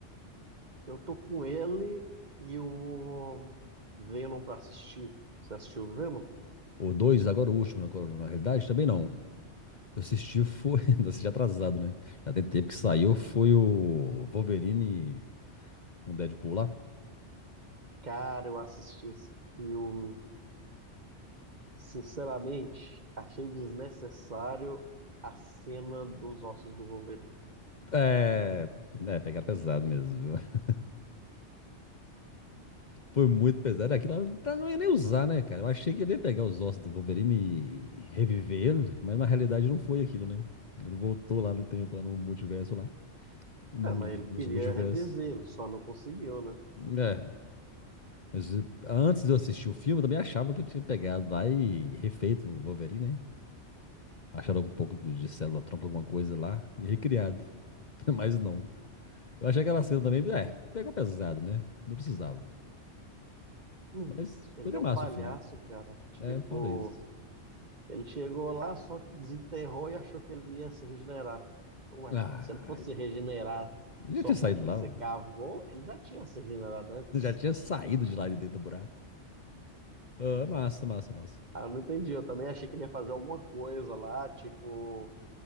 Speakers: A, on the right; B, on the left.
A: eu tô com ele e o Venom pra assistir. Você assistiu o Venom?
B: O dois, agora o último, agora, na realidade, também não. Eu assisti, foi. <laughs> Eu assisti atrasado, né? Já tem tempo que saiu, foi o Wolverine com o Deadpool lá.
A: Cara, eu assisti esse filme. Sinceramente, achei desnecessário a cena dos ossos do Wolverine.
B: É. É, pegar pesado mesmo. viu? Foi muito pesado. Aquilo lá tá- não ia nem usar, né, cara? Eu achei que ele ia pegar os ossos do Wolverine e reviver ele, mas na realidade não foi aquilo, né? Ele voltou lá no tempo, lá no multiverso, lá. Num
A: É, mas
B: dos,
A: ele
B: dos
A: queria
B: multiversos.
A: reviver, lo só não conseguiu, né?
B: É. Mas eh, antes de eu assistir o filme, eu também achava que ele tinha pegado lá e refeito o Wolverine, né? Acharam um pouco do- de célula tronco, alguma coisa lá, e recriado. <laughs> Mas não. Eu achei aquela cena também, é, pegou pesado, né? Não precisava.
A: Hum.
B: Mas
A: Ele
B: foi de
A: é
B: massa
A: um palhaço,
B: o filme.
A: cara. Tipo,
B: É foda isso.
A: ele chegou lá, só desenterrou e achou que ele ia se regenerar. Ué,
B: Ah,
A: se ele fosse regenerar
B: Já
A: só
B: tinha
A: porque
B: saído lá,
A: você
B: ó.
A: cavou, ele já tinha se regenerado antes.
B: Já tinha saído de lá de dentro do buraco. Ah, massa, massa, massa.
A: Ah, eu não entendi. Eu também achei que ele ia fazer alguma coisa lá, tipo,